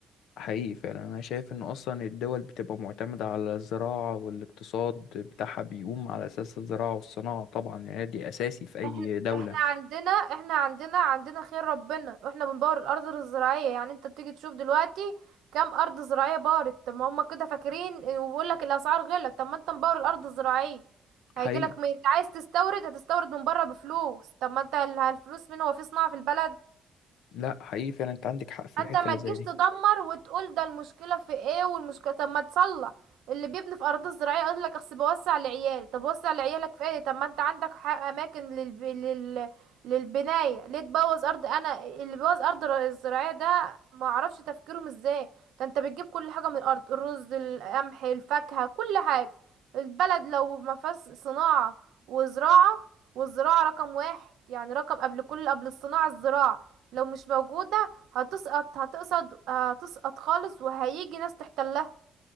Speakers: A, on the left; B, on the right.
A: حقيقي فعلا أنا شايف إن أصلا الدول بتبقى معتمدة على الزراعة والاقتصاد بتاعها بيقوم على أساس الزراعة والصناعة طبعا يعني دي أساسي في أي
B: احنا
A: دولة
B: احنا عندنا احنا عندنا عندنا خير ربنا واحنا بنبور الارض الزراعيه يعني انت بتيجي تشوف دلوقتي كام ارض زراعيه بارت طب ما هم كده فاكرين اه، وبيقول لك الاسعار غلت طب ما انت مبور الارض الزراعيه
A: حقيقي
B: هيجي لك عايز تستورد هتستورد من بره بفلوس طب ما انت ال- الفلوس مين هو في صناعه في البلد
A: لا حقيقي فعلا أنت عندك حق في الحتة
B: انت ما
A: اللي
B: تجيش
A: زي دي
B: تدمر وتقول ده المشكله في ايه والمشكله طب ما تصلح اللي بيبني في ارض زراعيه يقول لك اصل بوسع لعيالي طب وسع لعيالك في ايه طب ما انت عندك حق اماكن للب... لل... للبنايه ليه تبوظ ارض انا اللي بيبوظ ارض ر- الزراعيه ده ما اعرفش تفكيرهم ازاي ده انت بتجيب كل حاجه من الارض الرز القمح الفاكهه كل حاجه البلد لو ما فيهاش صناعه وزراعه والزراعه رقم واحد يعني رقم قبل كل قبل الصناعه الزراعه لو مش موجودة هتسقط هتقصد هتسقط خالص وهيجي ناس تحتلها